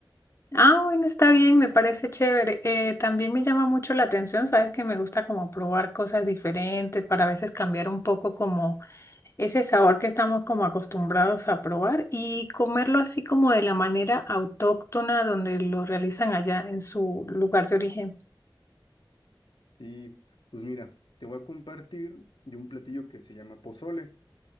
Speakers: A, on the left; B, on the left.
A: Ah, bueno, está bien, me parece chévere. Eh, también me llama mucho la atención, sabes que me gusta como probar cosas diferentes para a veces cambiar un poco como ese sabor que estamos como acostumbrados a probar y comerlo así como de la manera autóctona donde lo realizan allá en su lugar de origen.
B: Sí, pues mira, te voy a compartir de un platillo que se llama pozole.